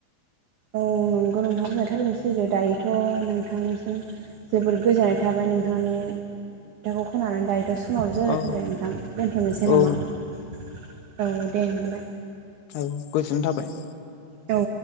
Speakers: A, on the right; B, on the left.
A: औ नंगौ <unintelligible> दायोथ' नोंथांसिम जोबोद गोजाननाय था बाय नोंथांनि खोथाखौ खोनानानै दायो दा समाबो जाना
B: औ
A: फैबाय नोंथां दोनथ'नोसै
B: औ
A: नामा औ दे होनबालाय।
B: औ गोजोननाय थाबाय।
A: औ।